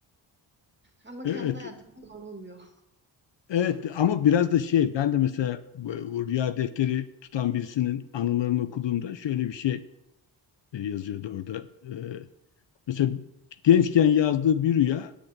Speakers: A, on the right; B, on the left.
A: Ama
B: Evet,
A: kendi
B: evet,
A: hayatımda zor oluyor.
B: evet. ama biraz da şey, ben de mesela bu, bu rüya defteri tutan birisinin anılarını okuduğumda şöyle bir şey e, yazıyordu orada. E, Mesela gençken yazdığı bir rüya,